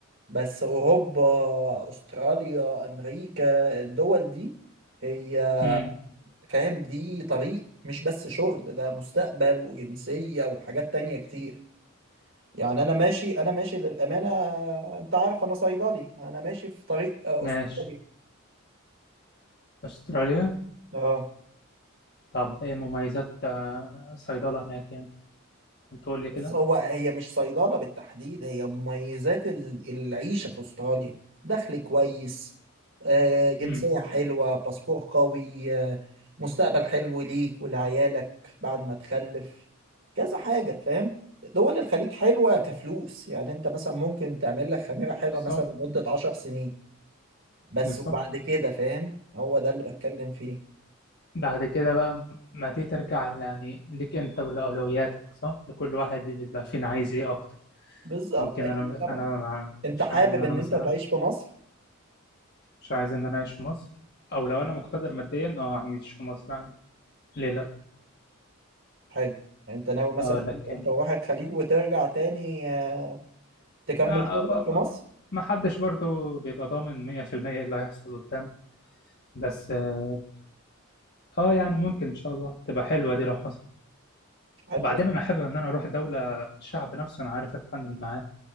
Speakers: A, on the right (about 55°); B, on the left (about 45°).
A: بس اوروبا استراليا امريكا الدول دي هي
B: امم
A: فاهم دي طريق مش بس شغل ده مستقبل وجنسية وحاجات تانية كتير يعني أنا ماشي أنا ماشي للأمانة أنت عارف أنا صيدلي أنا ماشي في طريق آه،
B: ماشي
A: أسطوري
B: أستراليا
A: أه
B: طب إيه مميزات آه، صيدلة هناك يعني؟ تقول لي كده؟
A: بص هو هي مش صيدلة بالتحديد هي مميزات ال- العيشة في أستراليا دخل كويس آه، جنسية
B: امم
A: حلوة باسبور قوي آه، مستقبل حلو ليك ولعيالك بعد ما تخلف كذا حاجة فاهم دول الخليج حلوة كفلوس يعني انت مثلا ممكن تعمل لك خميرة حلوة
B: بالظبط
A: مثلا لمدة عشر سنين بس
B: بالظبط
A: وبعد كده فاهم هو ده اللي بتكلم فيه
B: بعد كده بقى ما دي ترجع يعني ليك انت ولأولوياتك صح لكل واحد بيبقى فينا عايز ايه اكتر
A: بالظبط
B: ممكن
A: أكيد
B: انا
A: طبعا
B: انا مع-
A: انت
B: مش
A: حابب
B: عايز ان انا
A: ان
B: مثلا
A: انت تعيش في مصر
B: مش عايز ان انا اعيش في مصر او لو انا مقتدر ماديا اه اعيش في مصر عادي ليه لا
A: حلو انت ناوي مثلا
B: اه لكن
A: انت تروح الخليج وترجع تاني آه، تكمل
B: آه
A: شغلك
B: ب-
A: في مصر
B: ب- ما حدش برضو بيبقى ضامن 100% ايه اللي هيحصل قدام بس اه آه، يعني ممكن ان شاء الله تبقى حلوة دي لو حصل
A: حلو
B: وبعدين
A: بص
B: انا حابب ان انا اروح دوله الشعب نفسه انا عارف اتعامل معاه